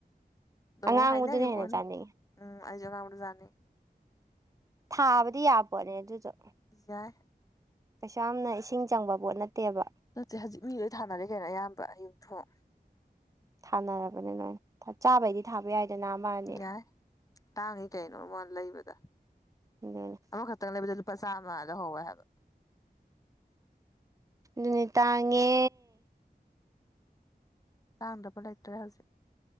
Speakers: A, on the left; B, on the right.
A: ꯇꯃꯕꯨ
B: ꯑꯉꯥꯡꯕꯗꯨꯅ
A: ꯈꯥꯏꯅꯅꯤ
B: ꯍꯦꯟꯅ
A: ꯄꯅꯦ
B: ꯆꯥꯅꯤꯡꯉꯦ
A: ꯎ ꯑꯩꯖꯒ ꯌꯥꯅꯤ
B: ꯊꯥꯕꯗꯤ ꯌꯥꯕꯣꯅꯦ ꯑꯗꯨꯗ
A: ꯌꯥꯏ
B: ꯀꯩꯁꯨꯥ ꯌꯥꯝꯅ ꯏꯁꯤꯡ ꯆꯪꯕ ꯄꯣꯠ ꯅꯠꯇꯦꯕ
A: ꯁ ꯍꯧꯖꯤꯛ ꯃꯤ ꯂꯣꯏ ꯊꯥꯅꯔꯦ ꯀꯩꯅꯣ ꯑꯌꯥꯝꯕ ꯑꯌꯨꯛ ꯊꯣꯛꯣꯛ
B: ꯊꯥꯅꯔꯕꯅꯤ ꯅꯣꯏ ꯆꯥꯕꯩꯗꯤ ꯊꯥꯕ ꯌꯥꯏꯗꯅ ꯑꯃꯅꯤ
A: ꯌꯥꯏ ꯇꯥꯡꯉꯤ ꯀꯩꯅꯣ ꯋꯥ ꯂꯩꯕꯗ
B: ꯑꯗꯨꯅꯤ
A: ꯑꯃꯈꯛꯇꯪ ꯂꯩꯕꯗ ꯂꯨꯄꯥ ꯆꯥꯝꯃꯗ ꯍꯧꯋꯦ ꯍꯥꯏꯕ
B: ꯑꯗꯨꯅꯤ ꯇꯥꯡꯉꯦ
A: ꯇꯥꯡꯗꯕꯂ ꯏꯇ꯭ꯔꯦ ꯍꯧꯖꯤꯦ